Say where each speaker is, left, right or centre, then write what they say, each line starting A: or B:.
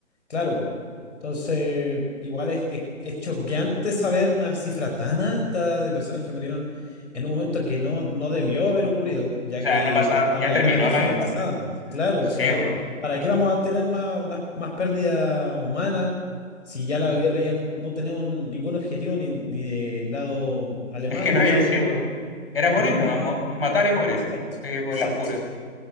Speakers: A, on the left (about 60°); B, on the left (about 45°).
A: Claro. Entonces, igual es, es, es choqueante saber una cifra tan alta de personas que murieron en un momento que no, no debió haber ocurrido, ya
B: O sea,
A: que
B: no pasaba,
A: estaba
B: ya
A: la
B: terminó
A: guerra ya
B: la
A: <laughs> finalizada.
B: guerra. Sí, bo.
A: Claro,
B: Sí,
A: o sea,
B: po.
A: ¿para qué vamos a tener más, unas- más, pérdida humana si ya la guerra ya no, no tenemos ningún objetivo ni, ni del lado alemán
B: Es que no
A: ni del
B: había,
A: lado
B: sí, po. Era morir
A: americano?
B: nomás, mo- matar y morir.
A: Exacto,
B: Sí, por
A: exacto.
B: las puras.